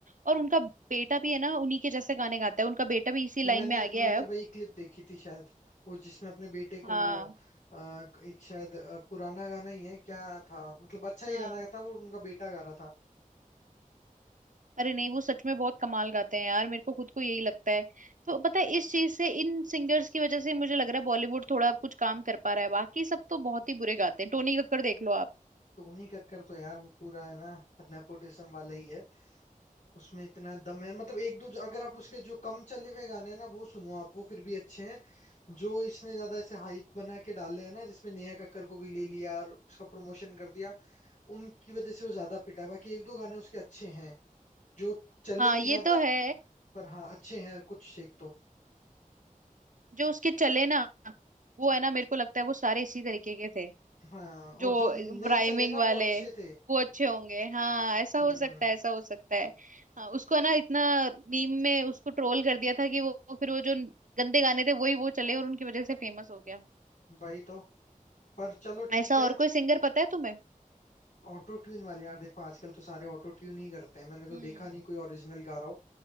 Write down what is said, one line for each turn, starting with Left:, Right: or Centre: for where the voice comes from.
Right: और उनका बेटा भी है ना उन्हीं के जैसे गाने गाता है उनका बेटा भी इसी लाइन
Left: मैंने
Right: में आ गया
Left: मैंने
Right: है अब
Left: वही क्लिप देखी थी शायद वो जिसमें अपने बेटे
Right: हाँ
Left: को वो अ, एक शायद अ, पुराना गाना ही है क्या था मतलब अच्छा ही
Right: हाँ
Left: गाना था वो उनका बेटा गा रहा था
Right: अरे नहीं वो सच में बहुत कमाल गाते हैं यार मेरे को खुद को यही लगता है तो पता है इस चीज से इन सिंगर्स की वजह से मुझे लग रहा है बॉलीवुड थोड़ा कुछ काम कर पा रहा है बाकी सब तो बहुत ही बुरे गाते हैं टोनी कक्कड़ देख लो आप
Left: टोनी कक्कर तो यार वो पूरा है ना नेपोटिज्म वाला ही है उसमें इतना दम है मतलब एक दो जो- अगर आप उसके जो कम चले हुए गाने हैं ना वो सुनो आप वो फिर भी अच्छे हैं जो इसने ज्यादा ऐसे हाइप बना के डाले हैं ना जिसमें नेहा कक्कर को भी ले लिया और उसका प्रमोशन कर दिया उनकी वजह से वो ज्यादा पिटा है बाकी एक दो गाने उसके अच्छे हैं जो चले
Right: हाँ
Left: नहीं
Right: ये
Left: ज्यादा
Right: तो है
Left: पर हाँ अच्छे हैं कुछ एक तो
Right: जो उसके चले ना वो है ना मेरे को लगता है वो सारे इसी तरीके के थे
Left: हाँ
Right: जो
Left: और जो नहीं
Right: राइमिंग
Left: चले ना
Right: वाले
Left: वो अच्छे थे
Right: वो अच्छे होंगे हाँ ऐसा
Left: हम्म
Right: हो सकता है ऐसा हो सकता है हाँ, उसको है ना इतना मीम में उसको ट्रोल कर दिया था कि वो वो फिर वो जो गंदे गाने थे वही वो चले और उनकी वजह से फेमस हो गया
Left: वही तो पर चलो ठीक
Right: ऐसा
Left: है
Right: और कोई सिंगर पता है तुम्हें
Left: ऑटो ट्यून वाले यार देखो आजकल तो सारे ऑटो ट्यून ही करते हैं मैंने तो
Right: हम्म
Left: देखा नहीं कोई ओरिजिनल गा रहा हो